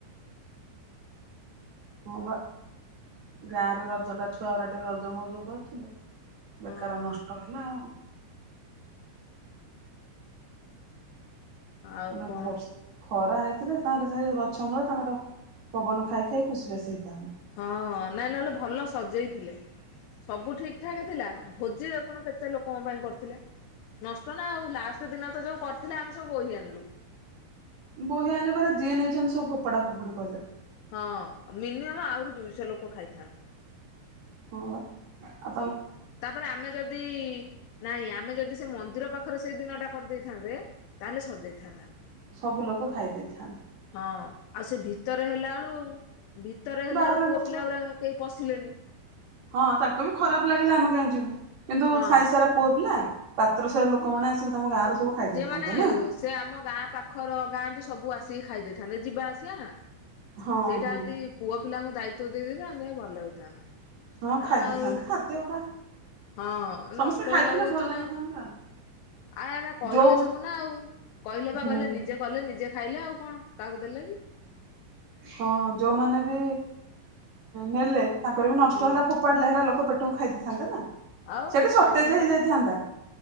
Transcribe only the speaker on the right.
ହଁ ବା ଗାଁ ରେ ରଜ ଟା ଛୁଆ ଗରା ଟିକେ ରଜ ମଉଜ କରୁଥିଲେ। ବେକାର
ନଷ୍ଟ ହେଲା ଆଉ।
ମକୁ
ବସିଥିଲେ ଖରା ହେଇଥିଲେ ତାଙ୍କର ସେଇ ଗଛ ମୂଳେ ତାଙ୍କର ପବନ ଖାଇ ଖାଇ ଖୁସିବାସି ହେଇଥାନ୍ତେ।
ବୋହି ଆଣିଲେ ପରା ଯିଏ ନେଇଛନ୍ତି ସବୁ ଫୋପଡ଼ା ଫୋପଡି କଲେ।
ହଁ ବା। ଆ
ସବୁ ଲୋକ ଖାଇ ଦେଇଥାନ୍ତେ।
ବାହାର
ଲୋକ
ହଁ ତାଙ୍କୁ ବି ଖରାପ ଲାଗିଲା ଆମେ କାହିଁ ଯିବୁ କିନ୍ତୁ
ସାଇସାରା ପୁଅପିଲା ପାତ୍ର ସାହି ଲୋକମାନେ ଆସିକି ତମ ଗାଁର ସବୁ ଖାଇ
ଦେଇେଇଥାନ୍ତେ ନା।
ହଁ
ହଁ
ହଁ ଖାଇ
ଦେଇେଇଥାନ୍ତେ ଖାଦ୍ୟ ଗୁଡା
ସମସ୍ତେ
ଖାଇଥିଲେ
ଭଲ
ଲାଗିଥାନ୍ତା
ଯୋଉ
ହୁଁ
ହଁ ଯୋଉମାନେ ବି ନେଲେ ତାଙ୍କର ବି ନଷ୍ଟ
ହେଲା ଫୋପାଡ଼ିଲେ ହେରା ଲୋକ ପେଟକୁ ଖାଇ ଦେଇେଇଥାନ୍ତେ ନା।
ସେଠି ସଟେଜ
ହେଇଯାଇଥାନ୍ତା।